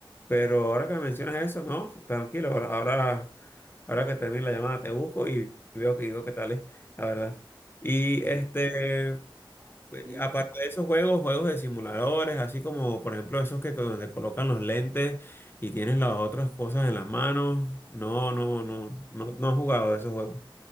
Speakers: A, on the left; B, on the right.
A: Pero ahora que me mencionas eso, no, tranquilo, ahora, ahora, ahora que termine la llamada te busco y veo que digo qué tal es, la verdad. Y este,
B: sí,
A: eh,
B: Ajá. dime.
A: aparte de esos juegos, juegos de simuladores, así como por ejemplo esos que donde colocan los lentes y tienes las otras cosas en las manos, no, no, no, no, no he jugado esos juegos.